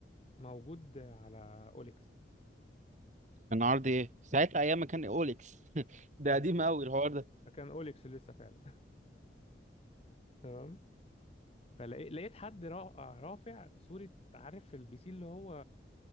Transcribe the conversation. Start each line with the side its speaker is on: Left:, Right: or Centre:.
Left: موجود على اوليكس
Right: كان عرض ايه ساعتها ايام ما كان اوليكس <laughs> ده
Left: كان
Right: قديم قوي الحوار ده
Left: كان اوليكس لسه فعلا <laughs> تمام. فلقيت حد را- رافع صورة عارف البي سي اللي هو